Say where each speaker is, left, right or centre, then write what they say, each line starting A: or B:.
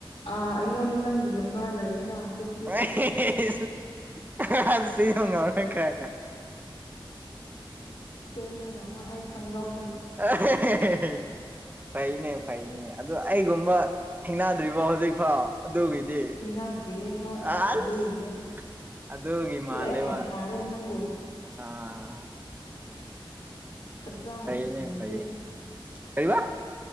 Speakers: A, on the left; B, on the right.
A: ꯑꯥ ꯑꯩꯉꯣꯟꯗ ꯅꯪꯒꯤ ꯅꯝꯕꯔ ꯂꯩꯌꯦꯅ ꯍꯧꯖꯤꯛ
B: ꯑ <unintelligible> ꯑꯁꯤ ꯍꯧꯡꯒ ꯑꯣꯅ ꯀꯌꯥꯒ
A: ꯆꯦꯟꯕ ꯉꯝꯃꯣ ꯑꯩ ꯈꯪꯗꯧ
B: <unintelligible> ꯐꯩꯅꯦ ꯐꯩꯅꯦ ꯑꯗꯣ ꯑꯩꯒꯨꯝꯕ ꯊꯦꯡꯅꯗ꯭ꯔꯤꯕꯣ ꯍꯧꯖꯤꯛꯐꯥꯎ꯫ ꯑꯗꯨꯒꯤꯗꯤ
A: ꯊꯦꯡꯅꯗ꯭ꯔꯤꯌꯦ ꯍꯣꯏ
B: ꯑꯥꯁ
A: ꯑꯗꯨꯒꯤꯅꯦ
B: ꯑꯗꯒꯤ ꯃꯥꯂꯦꯕ
A: ꯂꯦꯞꯃ ꯊꯥꯔꯣꯏ ꯅꯪꯕꯨ
B: ꯑꯥ
A: ꯐꯖꯥꯅ
B: ꯐꯩꯅꯦ
A: ꯊꯤꯒꯦ꯫
B: ꯐꯩꯌꯦ ꯀꯩꯕ